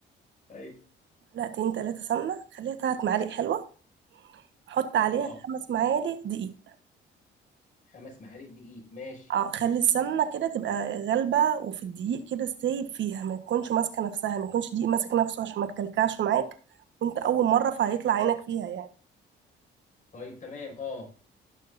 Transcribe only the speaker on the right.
معلقتين تلاتة سمنة خليها تلات معالق حلوة حط عليها
خمس معالق دقيق
اه خلي السمنة كده تبقى غالبة وفي الدقيق كده سايب فيها ما تكونش ماسكة نفسها ما يكونش دقيق ماسك نفسه عشان ما تكلكعش معاك وانت أول مرة فهيطلع عينك فيها يعني